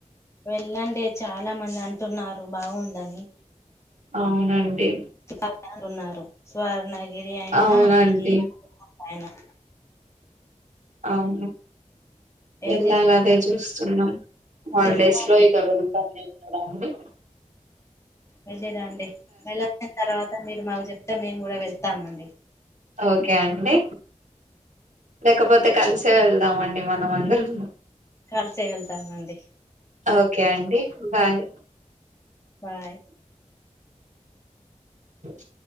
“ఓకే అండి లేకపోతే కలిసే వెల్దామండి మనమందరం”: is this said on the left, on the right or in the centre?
Right